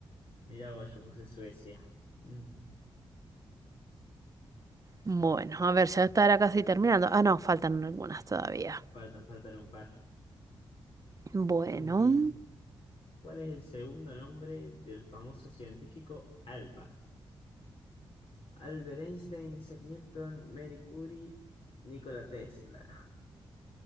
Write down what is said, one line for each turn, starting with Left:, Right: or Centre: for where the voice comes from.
Left: Mirá vos, yo puse Suecia. Mm,
Right: Bueno, a ver, ya estará casi terminando. Ah, no, faltan algunas todavía.
Left: Faltan, faltan un par.
Right: Bueno,
Left: Son 15. ¿Cuál es el segundo nombre del famoso científico Alba? Albert Einstein, Isaac Newton, Marie Curie, Nikola Tesla.